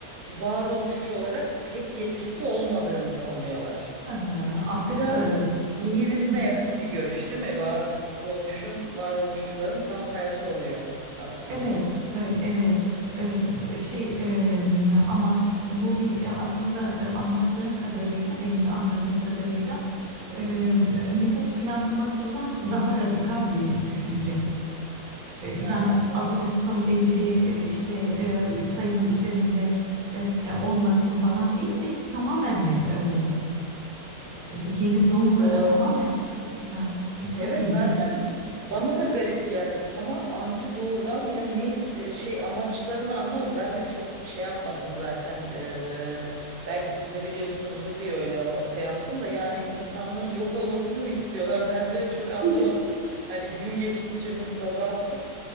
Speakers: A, on the right; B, on the right.
A: varoluşçu olarak pek getirisi olmadığını savunuyorlar.
B: aha. Artık
A: Biraz
B: e,
A: nihilizme
B: yük,
A: yakın bir görüş değil mi? Varoluşun, varoluşçuların tam tersi oluyor aslında.
B: evet, e, evet. E, e, şey e, ama bu bir e, aslında e, anlattığın kadarıyla, benim de anladığım kadarıyla
A: Hı.
B: e, nüfus planlamasından daha radikal bir düşünce. E, Yani
A: Ha, tabii
B: azalsın
A: ki.
B: belli bir e, işte e, sayının üzerinde e, işte, olmasın falan değil de tamamen mi e, e, şey, yeni doğumlara
A: Doğru.
B: tamamen Ha, çok
A: Evet
B: ilginç.
A: zaten bana da garip geldi. Tamam anti doğurgan yani ne is- e, şey amaçlarını anlamadım. Ben de çok şey yapmadım zaten. Eee, belki siz de biliyorsunuzdur diye öyle ortaya attım da yani insanlığın yok olmasını mı istiyorlar? <laughs> Ben de çok anlamadım.
B: <laughs> Evet.
A: Hani gün geçtikçe nüfus azalsın.